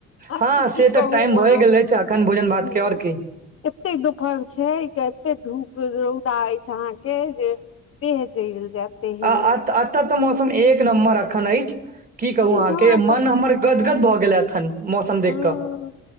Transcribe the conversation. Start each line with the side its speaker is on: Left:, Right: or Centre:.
Left: अहि
Right: हँ
Left: की
Right: से तऽ
Left: कहू
Right: टाइम भए
Left: अहाॅ
Right: गेल अछि
Left: के <unintelligible>
Right: अखन भोजन भात के आओर की
Left: एते दुपहर छैय के एते धूप रौदा अएछ अहाँ के जे देह जैल जायत। तेहन
Right: अऽ,
Left: लागै
Right: एतऽ तऽ मौसम एक नम्बर एखन अछि, की
Left: छै
Right: कहू,
Left: एहिठमा
Right: अहाँके
Left: तऽ
Right: मन हमर गदगद भऽ गेले एखन मौसम
Left: हूँ
Right: देख। कऽ